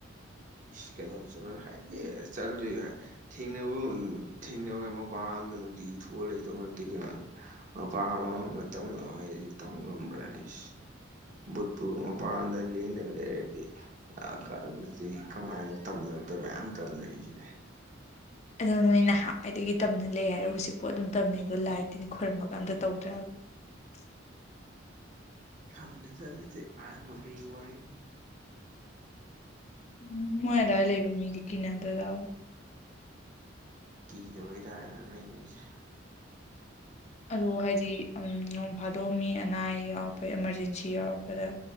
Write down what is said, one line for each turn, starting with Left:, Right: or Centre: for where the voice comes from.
Right: ꯏꯁ ꯀꯩꯗꯧꯕ ꯆꯠꯂ ꯍꯥꯏꯗꯤ ꯆꯠꯂ ꯊꯦꯡꯅꯕ ꯊꯦꯡꯅꯕ ꯃꯄꯥꯟ ꯅꯨꯡꯇꯤ ꯏꯊꯣ ꯂꯩꯇꯧ ꯅꯠꯇꯦ ꯀꯩꯅ ꯃꯄꯥ ꯑꯃ ꯃꯇꯝꯗꯋꯥꯏꯁꯤ ꯇꯝ ꯉꯝꯕ꯭ꯔꯅꯦ ꯏ ꯨꯠꯄꯨꯔ ꯃꯄꯥꯟꯗꯤꯅꯗꯤ ꯀꯗꯤ ꯀꯃꯥꯏꯅ ꯇꯝꯅꯔꯛꯇ ꯃꯌꯥꯝ ꯇꯝꯅꯔꯤꯁꯤꯗꯤ
Left: ꯑꯗꯣ ꯅꯣꯏ ꯅꯍꯥꯟꯋꯥꯏꯗꯒꯤ ꯇꯝꯅ ꯂꯩ ꯍꯥꯏꯔꯣ ꯍꯧꯖꯤꯛ ꯄꯣꯠ ꯑꯗꯨꯝ ꯇꯝꯅꯩꯗꯣ ꯂꯥꯏꯇꯤꯅ ꯈꯣꯏꯔꯨꯝꯃꯒ ꯑꯝꯇ ꯇꯧꯗ꯭ꯔꯒ <unintelligible>
Right: ꯈꯝꯗꯤ ꯆꯦ ꯑ ꯑꯃ ꯀ ꯋꯥꯔꯤ
Left: ꯎꯝ ꯃꯣꯏ ꯑꯗꯨꯗꯥꯏ ꯂꯩꯕ ꯃꯤꯗꯤ ꯀꯅꯦ ꯑꯗꯨꯗꯥ
Right: ꯀꯤꯗꯧꯕ ꯇꯥꯔꯦꯅ ꯂꯩꯅꯤꯁ
Left: ꯑꯗꯣ ꯍꯥꯏꯗꯤ ꯅꯣꯡ ꯐꯥꯗꯣꯛꯑ ꯃꯤ ꯑꯅꯥ ꯑꯌꯦꯛ ꯌꯥꯎꯔꯛꯄ ꯏꯃꯥꯔꯖꯦꯟꯁꯤ ꯌꯥꯎꯔꯛꯄꯗ